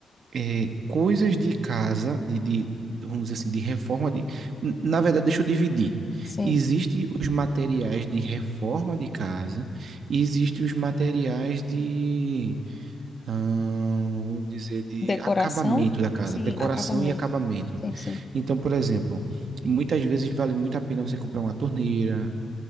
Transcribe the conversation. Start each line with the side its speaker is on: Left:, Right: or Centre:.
Right: é, coisas de casa, de, de, vamos dizer assim, de reforma de. Na verdade, deixa eu dividir.
Left: Sim.
Right: Existem os materiais de reforma de casa, e existem os materiais de, ah, vamos dizer, de
Left: Decoração?
Right: acabamento da casa,
Left: Sim,
Right: decoração
Left: acabamento.
Right: e acabamento.
Left: Sim, sim.
Right: Então, por exemplo, muitas vezes vale muito a pena você comprar uma torneira,